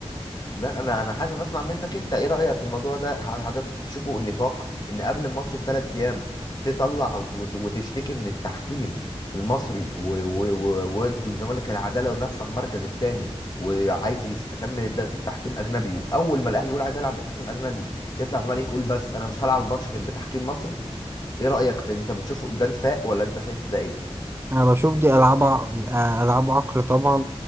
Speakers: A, on the left (about 40°); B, on the right (about 20°).
A: لا انا انا حابب اسمع منك انت ايه رايك في الموضوع ده هل حضرتك تشوفه النفاق ان قبل الماتش بثلاث ايام تطلع وت- وتشتكي من التحكيم المصري و- و- و- وودوا الزمالك العداله ونفسه على المركز الثاني وعايز يكمل الدوري بتحكيم اجنبي واول ما الاهلي يقول عايز العب بتحكيم اجنبي يطلع الزمالك يقول بس انا مش هلعب الماتش غير بتحكيم مصري ايه رايك في انت بتشوفه ده نفاق ولا انت شايف ده ايه
B: أنا بشوف دي ألعاب ع- آه، ألعاب عقل طبعا